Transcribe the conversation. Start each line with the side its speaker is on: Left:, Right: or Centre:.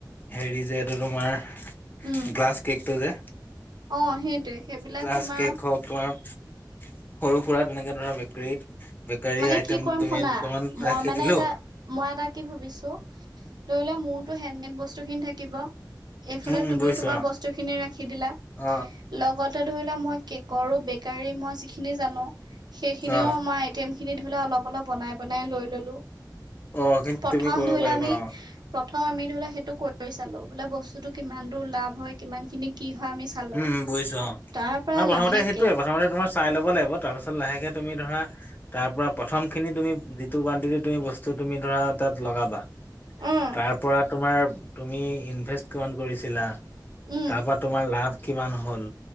Left: হেৰি যে এইটো তোমাৰ
Right: উম
Left: গ্লাছ কেকটো যে
Right: অ সেইটোৱে সেইবিলাক
Left: ক্লাছ
Right: তোমাৰ
Left: কেক হওক তোমাৰ সৰু সুৰা তেনেকে ধৰা বেকী বেকাৰী
Right: মানে
Left: আইটেম
Right: কি কৰিম
Left: তুমি
Right: শুনা
Left: দুটামান
Right: মই
Left: ৰাখি
Right: মানে
Left: দিলো
Right: এটা মই এটা কি ভাবিছো ধৰি লোৱা মোৰতো হেণ্ডমেড বস্তু খিনি থাকিব এইফালে
Left: উম উম
Right: তুমিও
Left: বুজিছো
Right: তোমাৰ
Left: অ
Right: বস্তুখিনি ৰাখি দিলা
Left: অ
Right: লগত তাতে ধৰি লোৱা মই কেকৰো বেকাৰী মই যিখিনি জানো সেইখিনিও
Left: অ অ
Right: মই ম খিনি ধৰিলে অলপ অলপ বনাই বনাই লৈ ললো
Left: অ কিন্তু
Right: প্ৰথম
Left: তুমি কৰিব
Right: ধৰি
Left: পাৰিবা
Right: ল আমি
Left: অ
Right: প্ৰথম আমি ধৰি ললে সেইটো কৰি চালো বোলে বস্তুতটো কিমান দূৰ লাভ হয় কিমান খিনি কি হয় আমি চালো
Left: উম বুজিছো অ
Right: তাৰ পৰা
Left: তোমাৰ প্ৰথমতে
Right: লাহেকে
Left: সেইটোয়ে প্ৰথমতে তোমাৰ চাই ল'ব লাগিব তাৰপিছত লাহেকে তুমি ধৰা তাৰ পৰা প্ৰথম খিনি তুমি যিটো কানটিি তুমি বস্তু তুমি ধৰা তাত লগাবা
Right: উম
Left: তাৰ পৰা তোমাৰ তুমি ইনভেষ্ট কিমান কৰিছিলা
Right: উম
Left: তাৰ পৰা তোমাৰ লাভ কিমান হ'ল